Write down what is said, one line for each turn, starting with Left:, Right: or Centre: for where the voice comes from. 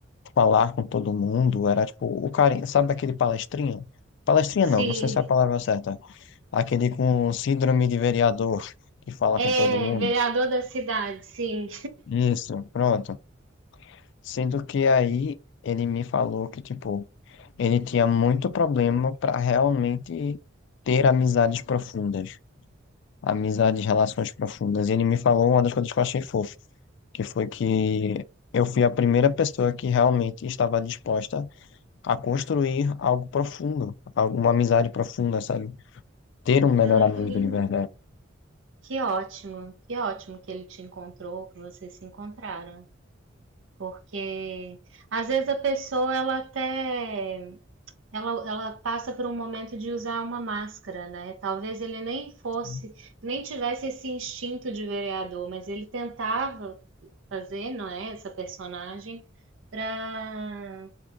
Left: falar com todo mundo, era tipo o carinha, sabe aquele palestrinha? Palestrinha
Right: sim.
Left: não, não sei se é a palavra certa. Aquele com síndrome de vereador que fala
Right: É,
Left: com todo mundo.
Right: vereador da cidade, sim.
Left: Isso, pronto. Sendo que aí ele me falou que, tipo, ele tinha muito problema para realmente ter amizades profundas, amizades, relações profundas. E ele me falou uma das coisas que eu achei fofo, que foi que eu fui a primeira pessoa que realmente estava disposta a construir algo profundo, alguma amizade profunda, sabe? Ter um melhor
Right: Ai,
Left: amigo
Right: que lindo.
Left: de verdade.
Right: Que ótimo, que ótimo que ele te encontrou, que vocês se encontraram. Porque às vezes a pessoa ela até ela, ela passa por um momento de usar uma máscara, né? Talvez ele nem fosse,
Left: <laughs>
Right: nem tivesse esse instinto de vereador, mas ele tentava fazer, não é, essa personagem para